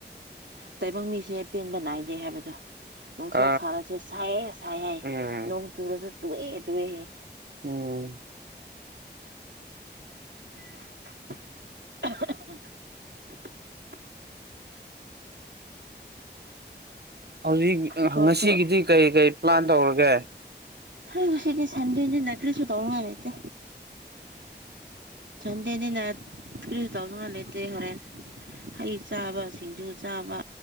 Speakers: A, on the right; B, on the right.
A: ꯇꯥꯏꯕꯪ ꯃꯤꯁꯦ ꯑꯄꯦꯟꯕ ꯅꯥꯏꯗꯦ ꯍꯥꯏꯕꯗꯣ ꯅꯨꯡꯁꯥ
B: ꯑ
A: ꯁꯥꯔꯁꯨ ꯁꯥꯏꯦ ꯁꯥꯏ ꯍꯥꯏ
B: ꯎꯝ
A: ꯅꯣꯡ ꯇꯨꯔꯁꯨ ꯇꯨꯑꯦ ꯇꯨꯑꯦꯍꯦ ꯎꯝ
B: ꯎꯝ
A: <unintelligible>
B: ꯍꯧꯖꯤꯛ
A: ꯏꯁꯣꯔꯁꯨ
B: ꯉꯁꯤꯒꯤꯗꯤ ꯀꯔꯤ ꯀꯔꯤ ꯄ꯭ꯂꯥꯟ ꯇꯧꯔꯒꯦ
A: ꯍ ꯉꯁꯤꯗꯤ ꯁꯟꯗꯦꯁꯤ ꯅ ꯀꯔꯤꯁꯨ ꯇꯧꯉ ꯂꯩꯇꯦ ꯊꯟꯗꯦꯗ ꯅ ꯀ꯭ꯔꯤꯁ ꯇꯧꯅꯉꯂꯦ ꯍꯣꯔꯦꯟ ꯍꯩ ꯆꯥꯕ ꯁꯤꯡꯖꯨ ꯆꯥꯕ